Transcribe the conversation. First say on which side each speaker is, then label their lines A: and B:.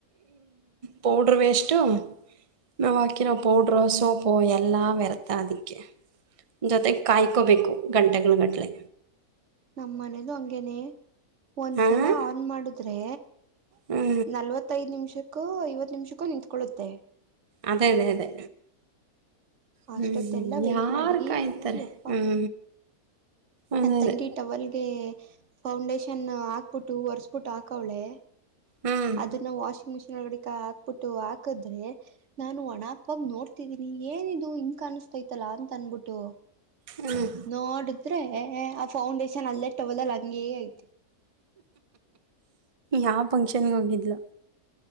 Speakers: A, on the right; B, on the right.
A: Powder waste. ನವಾಕಿರೋ ಪೌಡರೋ ಸೋಪೋ ಎಲ್ಲಾ ವ್ಯರ್ಥ ಅದಕ್ಕೆ. ಜೊತೆಗೆ ಕಾಯ್ಕೋಬೇಕು ಗಂಟೆಗಳು ಗಟ್ಲೆ.
B: ನಮ್ಮ ಮನೆದು ಹಂಗೇನೆ ಒಂದ್ಸಲ
A: ಹಾಂ
B: ಆನ್ ಮಾಡಿದ್ರೆ
A: ಹ್ಞೂ
B: ನಲ್ವತ್ತ್ <unintelligible> ಐದ್ ನಿಮಿಷಕ್ಕೂ ಐವತ್ತ್ ನಿಮಷಕ್ಕೂ ನಿಂತ್ಕೊಳ್ಳುತ್ತೆ.
A: ಅದೇ ಅದೇ ಅದೇ. ಹ್ಮ್
B: ಅಷ್ಟೊತ್ತೆಲ್ಲಾ ವೆಯ್ಟ್
A: ಯಾರ್
B: ಮಾಡಿ
A: ಕಾಯ್ತಾರೆ
B: ಯಪ್ಪಾ
A: ಹ್ಮ್ ಅದೇ
B: ನನ್
A: ಅದೇ.
B: ತಂಗಿ ಟವಲ್ಗೆ ಫೌಂಡೇಶನ್ ಹಾಕ್ಬಿಟ್ಟು ಒರ್ಸ್ಬಿಟ್ಟು ಹಾಕವ್ಳೆ.
A: ಹ್ಮ್
B: ಅದನ್ನ ವಾಷಿಂಗ್ ಮಿಷಿನ್ <unintelligible> ಗಡಿಕ ಹಾಕ್ಬಿಟ್ಟು ಹಾಕದ್ರೆ ನಾನು ಒಣಕ್ವಾಗ ನೋಡ್ತಿದೀನಿ ಏನಿದ್ <unintelligible> ದು ಹಿಂಗ್ ಕಾಣಿಸ್ತಾ ಇತ್ತಲ್ಲ ಅಂತ ಅನ್ಬಿಟ್ಟು.
A: ಹ್ಮ್
B: ನೋಡಿದ್ರೆ ಆ ಫೌಂಡೇಶನ್ ಅಲ್ಲೆ ಟವೇಲಲ್ಲಿ ಹಂಗೆ ಐತೆ.
A: ಯಾವ ಫಂಕ್ಷನ್ಗೆ ಹೋಗಿದ್ಲೋ.